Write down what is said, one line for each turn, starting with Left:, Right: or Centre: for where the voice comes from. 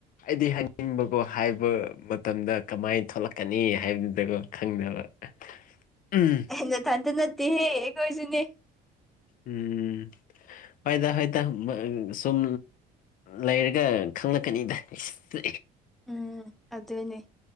Left: ꯑꯩꯗꯤ ꯍꯥꯏꯅꯤꯡꯕꯀꯣ ꯍꯥꯏꯕ ꯃꯇꯝꯗ ꯀꯃꯥꯏ ꯊꯣꯛꯂꯛꯀꯅꯤ ꯍꯥꯏꯕꯗꯨꯗꯒꯣ ꯈꯪꯗꯕ
Centre: <inaudible>
Left: ꯎꯝ
Centre: ꯍꯩ ꯅꯊꯟꯇ ꯅꯠꯇꯦꯍꯦ ꯑꯩꯈꯣꯏꯁꯨꯅꯦ
Left: ꯎꯝ ꯍꯣꯏꯗ ꯍꯣꯏꯗ ꯁꯨꯝ ꯂꯩꯔꯒ ꯈꯪꯂꯛꯀꯅꯤꯗ ꯏꯁ
Centre: ꯎꯝ ꯑꯗꯨꯅꯦ